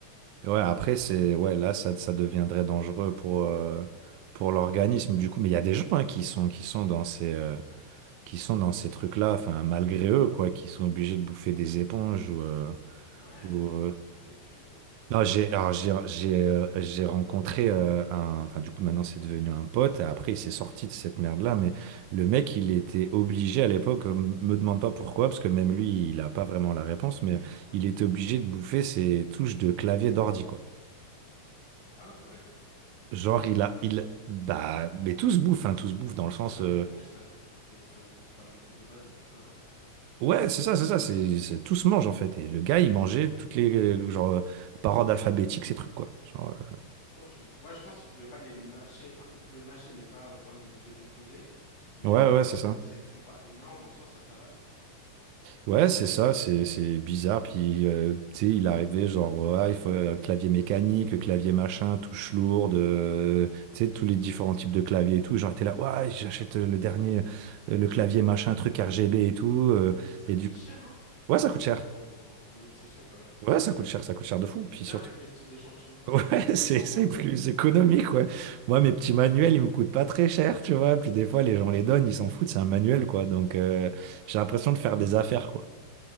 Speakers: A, on the right (about 85°); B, on the left (about 80°).
A: Ouais, après, c'est, ouais, là, ça, ça deviendrait dangereux pour, euh, pour l'organisme, du coup. Mais il y a des gens hein, qui sont, qui sont dans ces, euh, qui sont dans ces trucs-là, enfin, malgré eux, quoi, qui sont obligés de bouffer des éponges ou, euh,
B: Ouais,
A: ou,
B: il y a des gens
A: euh,
B: qui bouffent du PQ et tout.
A: Non, j'ai, alors, j'ai, j'ai, euh, j'ai rencontré euh, un, enfin, du coup, maintenant, c'est devenu un pote, et après, il s'est sorti de cette merde-là, mais le mec, il était obligé à l'époque, euh, me demande pas pourquoi, parce que même lui, il a pas vraiment la réponse, mais il était obligé de bouffer ses touches de clavier d'ordi, quoi.
B: Ah ouais, quand même.
A: Genre,
B: Mais ça se
A: il
B: bouffe,
A: a, il,
B: ça?
A: bah, mais tout se bouffe, hein, tout se bouffe dans le
B: Tu
A: sens,
B: me diras,
A: euh,
B: l'éponge, ça se bouffe, euh, ça se bouffe pas non plus de base, et pourtant il y en a beaucoup.
A: ouais, c'est ça,
B: Ouais,
A: c'est
B: j'avoue.
A: ça, c'est, c'est- tout se mange en fait. Et le gars, il mangeait toutes les, euh, genre, euh, par ordre alphabétique, ces trucs, quoi. Genre,
B: Ok. Ouais, je pense qu'ils pouvaient pas les mâcher, enfin, ils pouvaient mâcher, mais pas au point de les décomposer. Mais
A: euh, ouais,
B: après,
A: ouais,
B: ouais,
A: c'est
B: c'est
A: ça.
B: vrai que si elles sont pas énormes, en soi, ça s'avale, quoi.
A: Ouais, c'est ça, c'est, c'est bizarre. Puis, euh, tu sais, il arrivait, genre, ouais, il faut un clavier mécanique, clavier machin, touche lourde, euh, tu sais, tous les différents types de claviers et tout. Genre, t'es là, ouais, j'achète le dernier, euh, le clavier machin, truc RGB et tout. euh,
B: Ça
A: et
B: coûte
A: du,
B: cher, hein,
A: ouais,
B: en,
A: ça coûte cher.
B: en obsession quand même.
A: Ouais, ça coûte cher, ça coûte cher de fou.
B: Je
A: Puis
B: suis bien
A: surtout,
B: avec mes petits échantillons de peinture
A: Ouais,
B: <laughs> finalement.
A: <laughs> c'est c'est plus économique, ouais. Moi, mes petits manuels, ils me coûtent pas très cher, tu vois. Puis des fois, les gens les donnent, ils s'en foutent, c'est un manuel, quoi. Donc, euh, j'ai l'impression de faire des affaires, quoi.